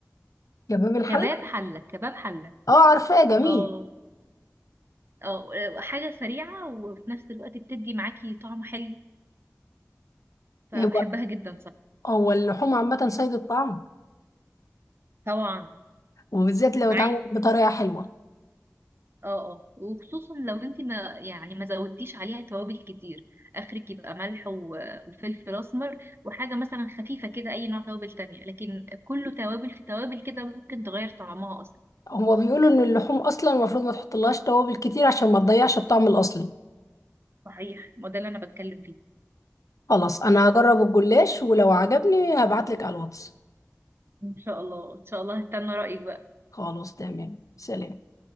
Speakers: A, on the left; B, on the right.
A: كباب الحلة
B: كباب حله كباب حله
A: اه عارفاه جميل
B: اه اه حاجه سريعه وفي نفس الوقت بتدي معاكي طعم حلو فبحبها
A: هو
B: جدا صح
A: هو اللحوم عامة سيد الطعام
B: طبعا
A: وبالذات لو
B: معاكي
A: اتعملت بطريقة حلوة
B: اه اه وخصوصا لو انت ما يعني ما زودتيش عليها توابل كتير اخرك يبقى ملح و- وفلفل اسمر وحاجه مثلا خفيفه كده اي نوع توابل تانية لكن كله توابل في توابل كده ممكن تغير طعمها اصلا
A: هما بيقولوا ان اللحوم اصلا المفروض ما تحطلهاش توابل كتير عشان ما تضيعش الطعم الاصلي
B: صحيح ما ده اللي انا بتكلم فيه
A: خلاص انا هجرب الجلاش ولو عجبني هبعتلك على الواتس
B: ان شاء الله ان شا الله هستنى رايك بقى
A: خلاص تمام سلام